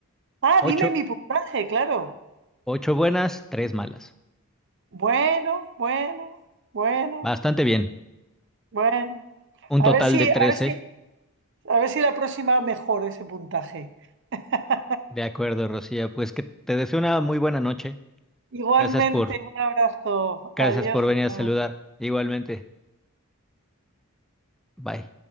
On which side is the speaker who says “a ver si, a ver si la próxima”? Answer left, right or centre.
Right